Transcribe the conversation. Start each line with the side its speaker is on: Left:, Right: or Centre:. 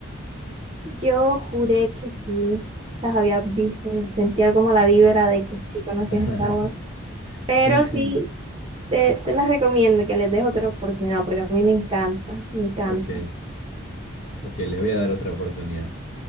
Right: Yo juré que sí, las había visto, se sentía como la
Left: <laughs>
Right: vibra de que sí conocías
Left: <laughs>
Right: Star Wars. Pero
Left: Sí, sí,
Right: sí, te, te las recomiendo, que les des otra oportunidad, porque a mí me encanta, me encanta.
Left: ok, ok, les voy a dar otra oportunidad.